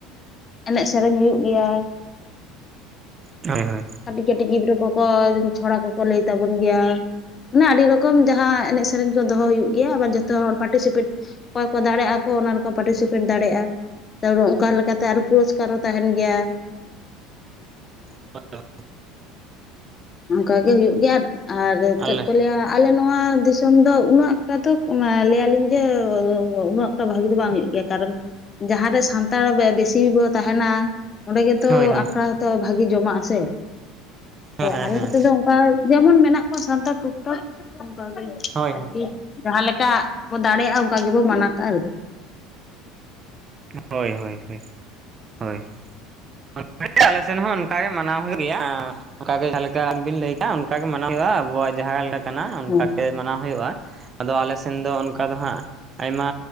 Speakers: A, on the left; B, on the right.
A: ᱮᱱᱮᱡ ᱥᱮᱨᱮᱧ ᱦᱩᱭᱩᱜ ᱜᱮᱭᱟ
B: ᱦᱳᱭ ᱦᱳᱭ
A: ᱠᱟᱹᱴᱤᱡ ᱠᱟᱹᱴᱤᱡ ᱜᱤᱫᱽᱨᱟᱹ ᱠᱚᱼᱠᱚ ᱪᱷᱚᱲᱟ ᱠᱚᱼᱠᱚ ᱞᱟᱹᱭ ᱛᱟᱵᱚᱱ ᱜᱮᱭᱟ ᱢᱟᱱᱮ ᱟᱹᱰᱤ ᱨᱚᱠᱚᱢ ᱡᱟᱦᱟᱸ ᱮᱱᱮᱡ ᱥᱮᱨᱮᱧ ᱠᱚ ᱫᱚᱦᱚ ᱦᱩᱭᱩᱜ ᱜᱮᱭᱟ ᱟᱵᱟᱨ ᱡᱚᱛᱚ ᱦᱚᱲ ᱯᱟᱴᱤᱥᱤᱯᱮᱴ ᱚᱠᱚᱭ ᱠᱚ ᱫᱟᱲᱮᱭᱟᱜ ᱟᱠᱚ ᱚᱱᱟ ᱨᱮᱠᱚ ᱯᱟᱟᱨᱴᱤᱥᱤᱯᱮᱴ ᱫᱟᱲᱮᱭᱟᱜᱼᱟ ᱛ ᱚᱱᱠᱟ ᱞᱮᱠᱟ ᱛᱮ ᱟᱨ ᱯᱩᱨᱚᱥᱠᱟᱨ ᱦᱚᱸ ᱛᱟᱦᱮᱱ ᱜᱮᱭᱟ <inaudible>
B: <inaudible>
A: ᱚᱱᱠᱟᱜᱮ ᱦᱩᱭᱩᱜ ᱜᱮᱭᱟ ᱾ ᱟᱨ ᱪᱮᱫ
B: ᱟᱞᱮ
A: ᱠᱚ ᱞᱟᱹᱭᱟ? ᱟᱞᱮ ᱱᱚᱣᱟ ᱫᱤᱥᱚᱢ ᱫᱚ ᱩᱱᱟᱹᱜ ᱴᱟᱜ ᱛᱚ ᱞᱟᱹᱭᱟᱞᱤᱧ ᱡᱮ ᱩᱱᱟᱹᱜ ᱛᱚ ᱵᱷᱟᱜᱤ ᱫᱚ ᱵᱟᱝ ᱦᱩᱭᱩᱜ ᱜᱮᱭᱟ ᱠᱟᱨᱚᱱ ᱡᱟᱦᱟᱸᱨᱮ ᱥᱟᱱᱛᱟᱲ ᱵᱮᱥᱤ ᱵᱚ ᱛᱟᱦᱮᱱᱟ, ᱚᱸᱰᱮ ᱜᱮᱛᱚ
B: ᱦᱳᱭ ᱦᱳᱭ
A: ᱟᱠᱷᱲᱟ ᱛᱚ ᱵᱷᱟᱜᱤ ᱡᱚᱢᱟᱜ ᱟᱥᱮ ᱾
B: ᱦᱮᱸ ᱦᱮᱸ
A: ᱟᱞᱮ
B: ᱦᱮᱸ
A: ᱱᱚᱛᱮ ᱫᱚ ᱚᱱᱠᱟ ᱡᱮᱢᱚᱱ ᱢᱮᱱᱟᱜ ᱠᱚᱣᱟ ᱥᱟᱱᱛᱟᱲ ᱴᱩᱠ ᱴᱟᱠ ᱚᱱᱠᱟᱜᱮ
B: ᱦᱳᱭ
A: ᱟᱨᱠᱤ, ᱡᱟᱦᱟᱸ ᱞᱮᱠᱟ ᱵᱚ ᱫᱟᱲᱮᱭᱟᱜᱼᱟ ᱚᱱᱠᱟ ᱜᱮᱵᱚ ᱢᱟᱱᱟᱣᱚᱠᱟᱜᱼᱟ ᱟᱨ
B: ᱦᱳᱭ ᱦᱳᱭ ᱦᱳᱭ ᱦᱳᱭ ᱚᱱᱠᱟᱜ ᱟᱞᱮ ᱥᱮᱱ ᱦᱚᱸ ᱚᱱᱠᱟᱜ ᱜᱮ ᱢᱟᱱᱟᱣ ᱦᱩᱭᱩᱜ ᱜᱮᱭᱟ ᱾ ᱮᱸ ᱚᱱᱠᱟᱜᱮ ᱡᱟᱦᱟᱸ ᱞᱮᱠᱟ ᱵᱤᱱ ᱞᱟᱹᱭᱠᱮᱜᱼᱟ ᱚᱱᱠᱟ ᱜᱮ ᱢᱟᱱᱟᱣᱦᱩᱭᱩᱜᱼᱟ ᱟᱵᱚᱣᱟᱜ ᱡᱟᱦᱟᱸ ᱞᱮᱠᱟ ᱠᱟᱱᱟ ᱚᱱᱠᱟᱜᱮ
A: ᱦᱩᱸ
B: ᱢᱟᱱᱟᱣ ᱦᱩᱭᱩᱜᱼᱟ ᱾ ᱟᱫᱚ ᱟᱞᱮᱥᱱ ᱫᱚ ᱚᱱᱠᱟ ᱫᱚ ᱦᱟᱸᱜ ᱟᱭᱢᱟ